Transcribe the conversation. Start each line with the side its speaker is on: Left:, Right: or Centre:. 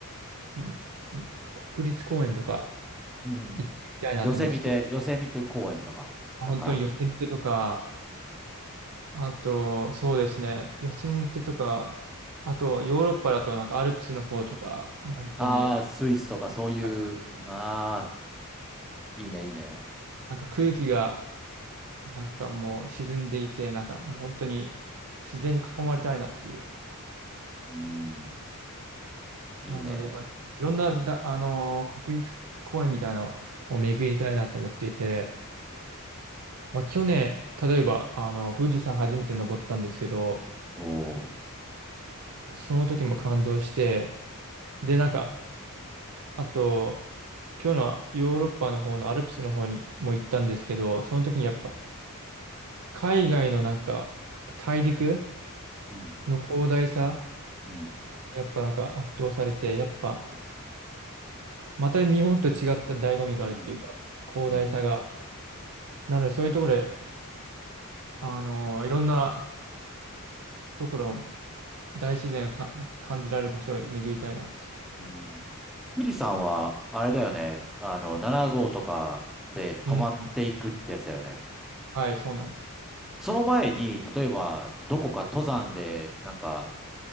Right: んん国立公園とか
Centre: うん。
Right: 行ってみたいなと思ってて、
Centre: ヨセミテ、ヨセミテ公園とか。
Right: あ、
Centre: だから
Right: 本当にヨセミテとか、あと、そうですね、ヨセミテとか、あとヨーロッパだとなんかアルプスの方とか、もう本当に、
Centre: ああー、スイスとかそういう、
Right: はい
Centre: ああ、いいね、いいね。
Right: なんか空気がなんかもう沈んでいて、なんかもう本当に自然に囲まれたいなっていう。
Centre: うん、いいね。
Right: なので、まあ、いろんなだ、あのー国立公園みたいなのを巡りたいなと思っていて、まあ、去年、例えば、あの、富士山初めて登ったんですけど、
Centre: おー。
Right: その時も感動して、で、なんか、あと、今日のはヨーロッパの方のアルプスの方にも行ったんですけど、その時にやっぱ、海外のなんか、大陸
Centre: うん、
Right: の広大さ、
Centre: うん、
Right: やっぱなんか圧倒されて、やっぱ、
Centre: うん、
Right: また日本と違った醍醐味があるっていうか、
Centre: うん、
Right: 広大さが。
Centre: うん。
Right: なので、そういうところで、あのいろんなところ、大自然をか感じられる場所を巡りたいなっていう。
Centre: うん富士山は、あれだよね。あの、7号とかで泊まっていくってやつだよね。
Right: うん。はい、そうなんです。
Centre: その前に、例えば、どこか登山で、なんか、